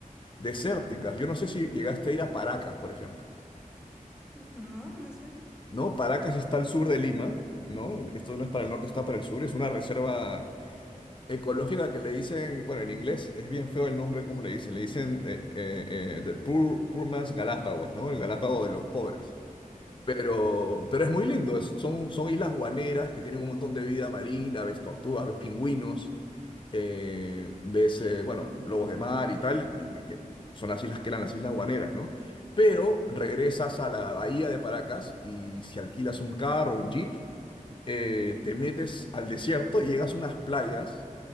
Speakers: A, on the left; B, in the centre.
A: desérticas. Yo no sé si llegaste a ir a Paracas, por ejemplo.
B: N- No, no me suena.
A: ¿no? Paracas está al sur de Lima, ¿no? Esto no es para el norte, está para el sur. Es una reserva Ecológica que le dicen, bueno, en inglés es bien feo el nombre, como le dicen? Le dicen eh, eh, eh, The Poor, Poor Man's Galápagos, ¿no? El Galápago de los pobres. Pero, pero es muy lindo, es- son, son islas guaneras que tienen un montón de vida marina, ves tortugas, ves pingüinos, eh, ves, eh, bueno, lobos de mar y tal, y- y- eh, son las islas que eran las islas guaneras, ¿no? Pero regresas a la bahía de Paracas y si alquilas un carro, un jeep, eh, te metes al desierto y llegas a unas playas